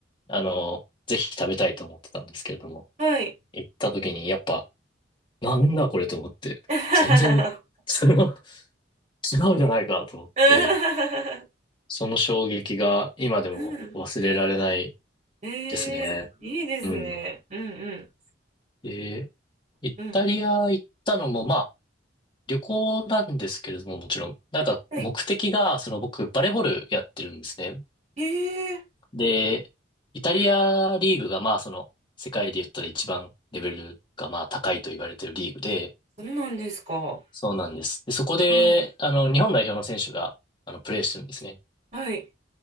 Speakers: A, on the left; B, on the right.
A: あの、ぜひ食べたいと思ってたんですけれども、
B: はい。
A: 行った時にやっぱ、なんだこれと思って、
B: <laughs>
A: 全然、それは <laughs> 違うじゃないかと思って、
B: う
A: その衝撃が今でも忘れられない
B: ん。<laughs> ええいいですね。
A: ですね。うん。
B: うん
A: で、イタリア行ったのも、
B: うん。うん。
A: まあ、旅行なんですけれども、もちろん、なんか目的が、
B: はい。
A: その僕、バレーボールやってるんですね。
B: ええ
A: で、イタリアリーグがまあその世界で言ったら一番レベルがまあ高いと言われてるリーグで、
B: そうなんですか。
A: そうなんです。で、そこで、
B: はい。
A: あの、日本代表の選手が、あの、プレーしてるんですね。
B: はい。